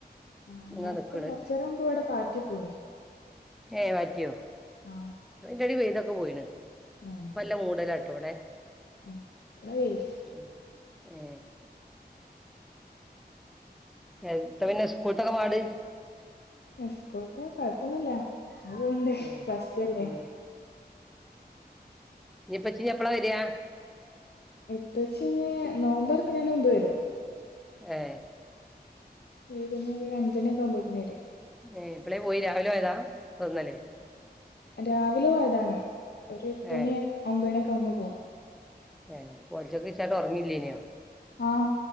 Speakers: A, on the left; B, in the centre.
A: ആ നേരത്തെ
B: ഇങ്ങനെ നിക്കണ്
A: കൊറചേരം മുമ്പ് ഇവിടെ പാറ്റി പോയി
B: ഏ മാറ്റിയോ
A: ആഹ്
B: അയ്ന്റെ എടൽ വെയിലൊക്കെ പോയിണ്
A: ഏഹ്
B: ഇപ്പല്ല മൂടലാണ്
A: ഏഹ് ഇവടെ വെയില
B: <unintelligible> ഏ <unintelligible> ത്ത പിന്നെ സ്കൂൾത്തെക്കെ പാട്
A: സ്കൂൾത്തെ കൊഴപ്പൊന്നൂല്ല അങ്ങനെ പോണുണ്ട്
B: ഉം
A: പ്ലസ് ടു അല്ലേ
B: ഉം ഇഞ്ഞി ഇപ്പച്ചി ഇഞ്ഞി എപ്പളാ വരാ
A: ഇപ്പച്ചി ഇഞ്ഞി നോമ്പറക്കുന്നേന് മുമ്പ് വരും
B: ഏ
A: വൈകുന്നേരം ഒരു അഞ്ചെണെക്കെ ആകവുമ്പോത്തിന് വരോയ്ക്കാ
B: ഏ എപ്പളേ പോയി രാവിലെ പോയതാ അതോ ഇന്നലെ
A: രാവിലെ പോയതാണേ ഒരു എട്ട
B: ഏ
A: മണി ഒമ്പ മണിയൊക്കെ ആവുമ്പോ പോകും
B: ഏ പോലച്ചക്ക ഇച്ചാട്ട് ഉറങ്ങില്ലെനോ
A: ആഹ്